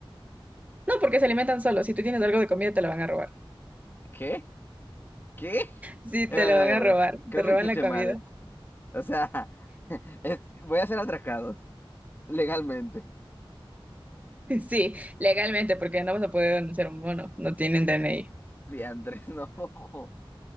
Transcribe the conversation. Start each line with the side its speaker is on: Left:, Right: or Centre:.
Right: No, porque se alimentan solos. Si tú tienes algo de comida, te la van a robar.
Left: ¿Qué? ¿Qué? Eh,
Right: Sí, te
Left: espérate,
Right: la
Left: espérate,
Right: van a robar,
Left: espérate. Creo
Right: te roban
Left: que escuché
Right: la comida.
Left: mal.
Right: <laughs>
Left: O sea, <laughs> es- voy a ser atracado legalmente.
Right: Sí, legalmente, porque no vas a poder denunciar a un mono, no tienen DNI.
Left: Diantres, <laughs> no.